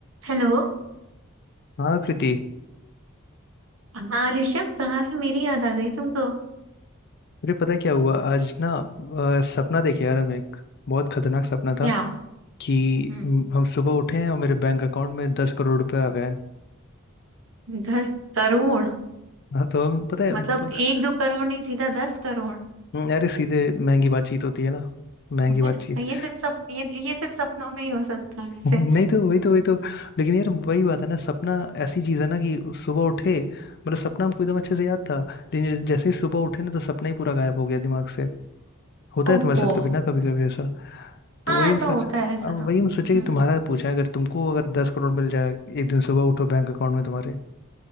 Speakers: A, on the right (about 75°); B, on the left (about 50°).
A: हेलो
B: हाँ कृति
A: हाँ ऋषभ कहाँ से मेरी याद आ गई तुमको
B: अरे पता है क्या हुआ आज ना अ, सपना देखे यार हम एक बहुत खतरनाक सपना था
A: क्या
B: कि
A: हम्म
B: म, हम सुबह उठे हैं और मेरे बैंक अकाउंट में दस करोड़ रुपए आ गए हैं
A: दस करोड़
B: हाँ तो हम पता है
A: मतलब
B: पता,
A: एक दो करोड़ नहीं सीधा दस करोड़
B: हम्म, अरे सीधे महंगी बातचीत होती है ना महंगी
A: <laughs>
B: बातचीत
A: ये सिर्फ सप ये ये सिर्फ सपनों में ही हो सकता
B: <laughs>
A: है वैसे
B: नहीं तो वही तो वही तो लेकिन यार वही बात है ना सपना ऐसी चीज है ना कि सुबह उठे मतलब सपना हमको एकदम अच्छे से याद था लेकिन जैसे ही सुबह उठे ना तो सपना ही पूरा गायब हो गया दिमाग से होता है
A: ओप्पो
B: तुम्हारे साथ कभी ना कभी कभी तो
A: हाँ
B: वही हम
A: ऐसा
B: सोच
A: होता है ऐसा
B: अब
A: तो हम्म
B: वही हम सोचे कि तुम्हारा पूछा है, अगर तुमको अगर दस करोड़ मिल जाए एक दिन सुबह उठो बैंक अकाउंट में तुम्हारे